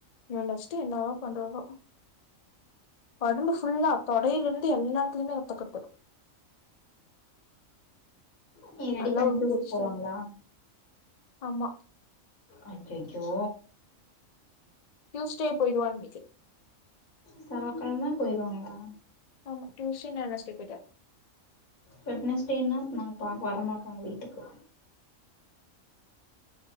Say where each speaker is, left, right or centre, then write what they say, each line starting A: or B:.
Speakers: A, on the left; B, on the left.
A: இவனவச்ட்டு என்னதா பண்றதோ உடம்பு புல்லா தொடையிலிருந்து எல்லாத்துலயுமே ரத்தக்கட்டு
B: நீ ரெடி
A: நல்லா
B: பண்ணிட்டு
A: விழுந்துருச்சு
B: ஊருக்கு போவாங்களா
A: சரி ஆமா
B: அய்யய்யோ
A: டியூஸ்டே போயிடுவான்னிகே
B: செவ்வாக்கிழம போயிருவாங்களா
A: ஆமா டியூஸ்டே <unintelligible>
B: வெட்னஸ்டேன்னா நாங்க பாக்க வரமாட்டாங்க வீட்டுக்கு